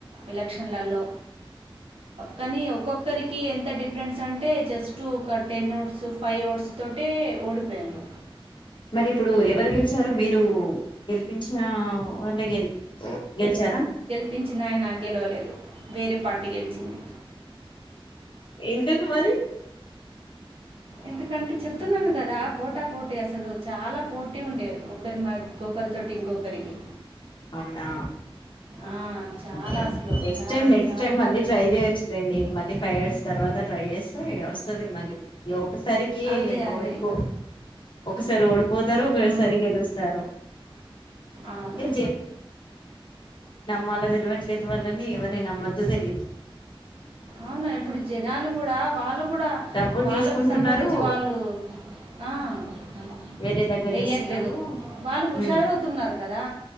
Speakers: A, on the right (about 75°); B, on the left (about 55°).
A: ఎలక్షన్ లలో కానీ ఒక్కొక్కరికి ఎంత డిఫరెన్స్ అంటే జేస్ట్ ఒక టెన్ ఓట్స్ ఫైవ్ ఓట్స్ తోటే ఓడిపోయిండ్రు
B: మరి ఇప్పుడు ఎవరు గెలిచారు మీరు గెలిపించిన వాళ్ళె గె గెలిచారా?
A: గెలిపించినాయ గెలవలేదు వేరే పార్టీ గెలిచింది.
B: ఎందుకు మరి?
A: ఎందుకంటే చెప్తున్నాను గదా. పోటా పోటీ అసలు చాలా పోటీ ఉండే ఒకరి మాక్కొక్కరితోటి ఇంకొకరికి
B: అవునా
A: ఆ, చాలా
B: ఓకేే
A: అసలు
B: నెక్స్ట్
A: చాలా
B: టైమ్
A: అంటే
B: నెక్స్ట్
A: చాలా
B: టైమ్
A: పోటీ
B: మళ్ళీ ట్రై
A: ఉండే
B: జేయొచ్చులేండి మళ్ళీ ఫైవ్ ఇయర్స్ తర్వాత ట్రై జేస్తే వస్తది మళ్ళీ ఇ ఒక్కసారికి
A: అదే అదే
B: ఓడిపో
A: ఇక
B: ఒకసారి ఓడిపోతారు.
A: ఆ, ఆ.
B: ఒకసారి గెలుస్తారు.
A: అవును.
B: ఏ మళ్ళ తెలువట్లేదు వాళ్ళని ఎవరిని నమ్మద్దో తెలియట్లేదు.
A: అవునా ఇప్పుడు జనాలు గూడా వాళ్ళు కూడా
B: డబ్బులు
A: వాళ్ళకు
B: తీసుకుంటున్నారు
A: సంబంధించి వాళ్ళు ఆ అలా
B: వేరే దగ్గర
A: వెయ్యట్లేదు
B: వేస్తున్నారు
A: వాళ్ళు హుషారు
B: ఉమ్
A: అవుతున్నారు కదా.